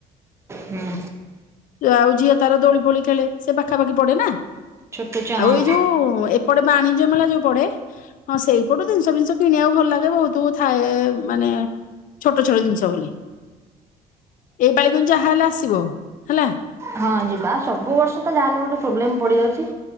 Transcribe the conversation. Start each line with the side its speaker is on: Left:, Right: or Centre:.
Right: ହୁଁ।
Left: ଆଉ ଝିଅ ତାର ଦୋଳି ଫୋଳି ଖେଳେ ସେ ପାଖାପାଖି ପଡେ ନା।
Right: ଛୋଟ ଛୁଆ
Left: ଆଉ
Right: ହଁ
Left: ଏଇ ଯୋଉ ଏପଟେ ବାଣିଜ୍ୟ ମେଳା ଯୋଉ ପଡେ ହଁ ୟ ଜିନିଷ ଫିନିଷ କିଣିବାକୁ ଭଲ ଲାଗେ ବହୁତ ଥାଏ ମାନେ ଛୋଟ ଛୋଟ ଜିନିଷ ବୋଲି ଏଇ ପାଳି ତମେ ଯାହା ହେଲେ ଆସିବ ହେଲା।
Right: ହଁ ଯିବା ସବୁ ବର୍ଷ ତ ଯାହାହେଲେ ଗୋଟେ। ପ୍ରୋବ୍ଲେମ ପଡି ଯାଉଛି।